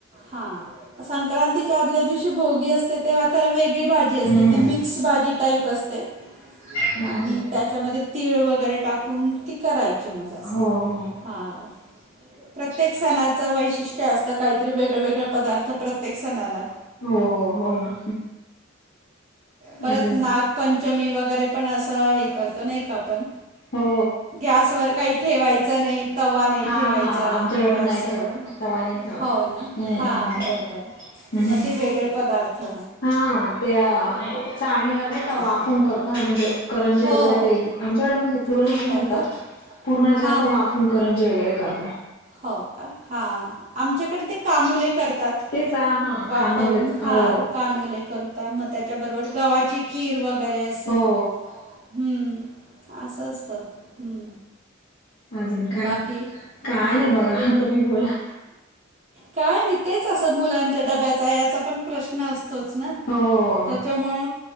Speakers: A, on the right; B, on the left.
A: हा संक्रांतीच्या, आदल्या दिवशी भोगी त्याला वेगळी भाजी असते
B: हम्म
A: ती मिक मिक्स भाजी टाईप असते
B: हम्म
A: आणि
B: हम्म
A: त्याच्यामध्ये तीळ वगैरे, टाकून ती करायची मग असं
B: हो हो
A: हा. प्रत्येक सणाचं वैशिष्ट्य, असतं काहीतरी वेगवेगळे पदार्थ प्रत्येक सणाला.
B: हो हो ना
A: परत
B: अजून
A: नाग पचं पाचमी वगैरे, पण असं हे करतो नाही का आपण
B: हो
A: गॅसवर काही ठेवायच नाही तवा नाही
B: हा
A: ठेवायचा
B: हा आमच्याकडे
A: किंवा
B: पण
A: असं
B: नाही ठेवत तवा नाही ठेवत
A: हो ना
B: हम्म
A: हा बरोबर,
B: हम्म
A: मग ते वेगळे पदार्थ.
B: हा त्या चाळणीवर नाही
A: हा,
B: त्या वाफून करत म्हणजे करंजी
A: हो
B: वगैरे ते आमच्याकडं म्हणजे, पुरण
A: ते
B: घालता
A: करतात
B: पूरणा चे
A: हां
B: असं
A: हां
B: वाफून करंजी वगैरे, करत.
A: हो का हा आमच्याकडे ते कानुले, करतात.
B: तेच हा
A: वापवून
B: कानोलेच
A: हा
B: हो
A: कानोले करता मग त्याच्याबरोबर गव्हाची खीर वगैरे, असं
B: हो
A: ह असं असतं हं
B: अजून काय
A: बाकी
B: - काय
A: हां
B: नाही बघा तुम्ही बोला?
A: काय नाही तेचं असं मुलांच्या डब्याचा याचा पण प्रश्न असतो तोचं ना
B: हो
A: त्याच्यामुळे